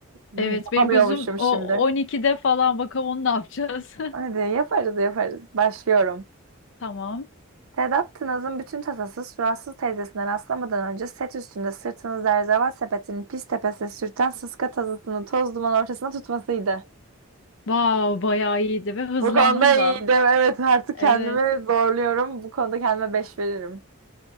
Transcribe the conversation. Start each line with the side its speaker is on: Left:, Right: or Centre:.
Right: Yapamıyormuşum
Left: Evet benim gözüm o
Right: şimdi.
Left: 12'de falan bakalım onu ne yapacağız.
Right: Hadi yaparız yaparız. Başlıyorum.
Left: <laughs> Tamam.
Right: Sedat Tınaz'ın bütün tasası suratsız teyzesine rastlamadan önce set üstünde sırtını zerzeval sepetinin pis tepesine sürten sıska tazısını toz duman ortasına tutmasıydı.
Left: Vav bayağı iyiydi ve hızlandın
Right: Bu konuda
Left: da.
Right: iyiydim. Evet artık
Left: Evet.
Right: kendimi zorluyorum. Bu konuda kendime 5 veririm.